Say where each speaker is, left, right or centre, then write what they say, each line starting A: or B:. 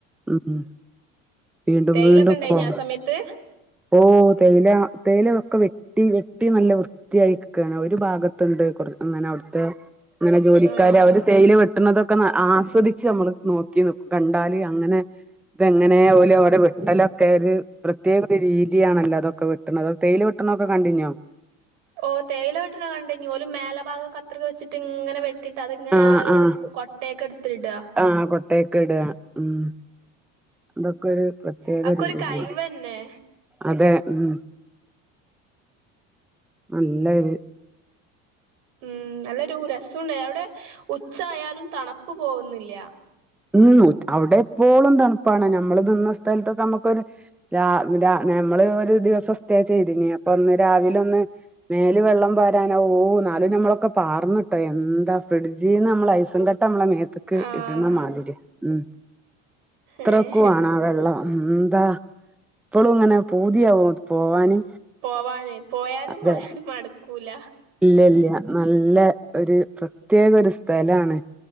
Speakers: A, in the centre; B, on the right (about 75°).
A: ഉം വീണ്ടും
B: തേയിലൊക്കെ
A: വീണ്ടും
B: ഉണ്ടായിനോ
A: പോ
B: ആ സമയത്ത്
A: ഓ തേയില തേയില ഒക്കെ വെട്ടി വെട്ടി നല്ല വൃത്തിയായി ഒരു ഭാഗത്തുണ്ട് അങ്ങനെ അവിടുത്തെ ഇങ്ങനെ ജോലിക്കർ
B: ആഹ്
A: അവര് തേയില് വെട്ടണൊക്കെ ഒ ആസ്വദിച്ച് നമ്മള് നോക്കി നിക്കും കണ്ടാല് അങ്ങനെ ഇതെങ്ങനെ ഓൽ ഓലെ വെട്ടലൊക്കെ ഒരു പ്രത്യേക രീതിയാണല്ലോ അതൊ ഒക്കെ വിട്ടണ അത് തേയില് വിട്ടണ ഒക്കെ കണ്ടിഞ്ഞോ
B: ഓ തേയില വെട്ട കണ്ടേ ഇനി ഒരു മേല ഭാഗം കത്രിക വച്ചിട്ടിങ്ങനെ വെട്ടിട്ട് അതിങ്ങനെ
A: ആഹ്
B: ആ ഒരു
A: ആഹ്
B: കൊട്ടയൊക്കെ എടുത്തിട
A: ആഹ് കൊട്ടയൊക്കെ ഇടുക ഉം അതൊക്കെ ഒരു പ്രത്യേക
B: അതൊക്കെ
A: ഒരു രീതിയാണ്
B: കഴിവന്നെ
A: അതെ ഉ നല്ലരു
B: ഉം നല്ലൊരു രസംണ്ട് അവിടെ ഉച്ച ആയാലും തണുപ്പ് പോകുന്നില്ല
A: ഉ അവിടെ എപ്പോളും തണുപ്പാണ് നമ്മള് നിന്ന സ്ഥലത്തൊക്കെ നമ്മുക്കൊരു രാ രാ ഞമ്മള് ഒരു ദിവസം സ്റ്റേ ചെയ്തിന് അപ്പൊ ഒന്ന് രാവില ഒന്ന് മേല് വെള്ളം പാരാന ഓ എന്നാലും നമ്മളൊക്കെ പാർന്നിട്ടോ എന്താ ഫ്രിഡ്ജീ നിന്ന് നമ്മൾ ഐസും ക പട്ടമ്മള മേത്തക്ക്
B: ആഹ്
A: ഇടുന്ന മാതിരി ഉ ഇത്രക്കണ
B: ഏഹ്
A: ആ വെള്ളം എന്താ ഇപ്പളും ഇങ്ങനെ പൂതിയാവും പോവാന്
B: പോവാനേ പോയാലും
A: അതെ
B: പോയാലും മടക്കൂല
A: ഇല്ല ഇല്ല നല്ല ഒരു പ്രത്യേക ഒരു സ്ഥലാണ്